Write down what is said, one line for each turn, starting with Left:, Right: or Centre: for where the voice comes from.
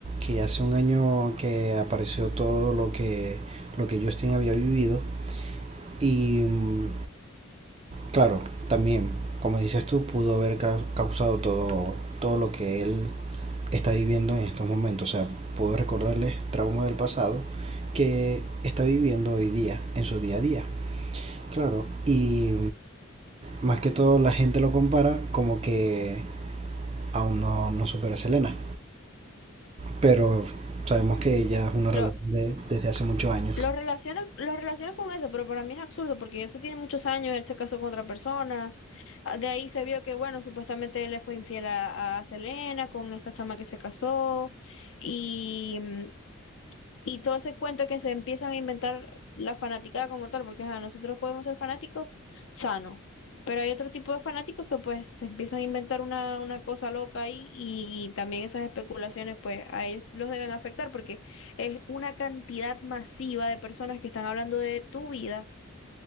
Right: que hace un año que apareció todo lo que, lo que Justin había vivido, y mm, claro, también, como dices tú, pudo haber ca- causado todo, todo lo que él está viviendo en estos momentos, o sea, pudo recordarles traumas del pasado que está viviendo hoy día, en su día a día, claro, y mm, más que todo la gente lo compara como que aún no, no supera a Selena. pero sabemos que ya es una relación
Left: Lo,
Right: de, desde hace muchos años.
Left: lo relacionan, lo relacionan con eso, pero para mí es absurdo porque eso tiene muchos años, él se casó con otra persona. Ah, De ahí se vio que, bueno, supuestamente él le fue infiel a, a Selena con esta chama que se casó. Y, mm, y todo ese cuento que se empiezan a inventar la fanaticada como tal, porque ajá, nosotros podemos ser fanáticos sanos, pero hay otro tipo de fanáticos que pues se empiezan a inventar una, una cosa loca ahí y también esas especulaciones pues a ellos los deben afectar porque es una cantidad masiva de personas que están hablando de tu vida